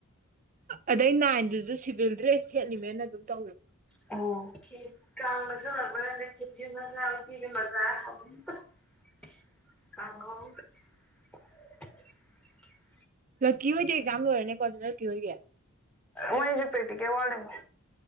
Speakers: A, on the right; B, in the centre.
A: ꯑꯗꯩ ꯅꯥꯏꯟꯗꯨꯁꯨ ꯕꯤꯜꯗ꯭ꯔꯦ ꯁꯦꯠꯂꯤꯃꯦꯅ ꯑꯗꯨꯝ ꯇꯧ
B: ꯑꫭ <unintelligible> <unintelligible> <inaudible>
A: ꯂꯛꯀꯤ ꯑꯣꯏꯗꯤ ꯑꯦꯛꯖꯝ ꯂꯔꯅꯦ ꯀꯣ ꯀꯤ ꯍꫭꯏꯒꯤ
B: ꯃꫭꯏꯁꯨ ꯄꯦꯇꯤꯀꯦꯜ ꯋꯠꯂꯤꯃꯤ